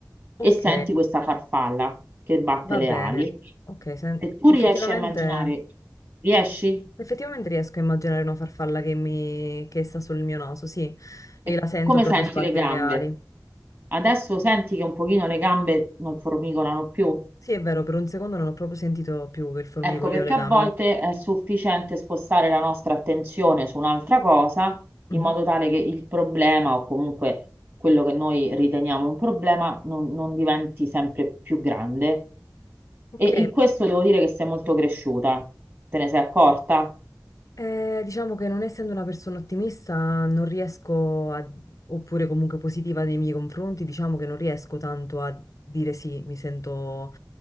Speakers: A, on the left (about 50°); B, on the right (about 30°).
A: ok,
B: e senti questa farfalla che batte
A: va
B: le
A: bene.
B: ali.
A: Ok, sen-
B: Se tu
A: effettivamente...
B: riesci a immaginare, riesci?
A: Effettivamente riesco a immaginare una farfalla che, mi... che sta sul mio naso, sì, e
B: E
A: la sento
B: come
A: proprio
B: senti
A: sbattere
B: le gambe?
A: le ali.
B: Adesso senti che un pochino le gambe non formicolano più?
A: Sì, è vero, per un secondo non ho proprio sentito più il formicolio
B: Ecco, perché
A: o le
B: a
A: gambe.
B: volte è sufficiente spostare la nostra attenzione su un'altra cosa in
A: Mhm.
B: modo tale che il problema o comunque quello che noi riteniamo un problema non, non diventi sempre più grande.
A: Ok,
B: E in questo devo dire che sei molto cresciuta. Te ne sei accorta?
A: Eh, diciamo che non essendo una persona ottimista, non riesco a... oppure comunque positiva nei miei confronti, diciamo che non riesco tanto a dire sì, mi sento...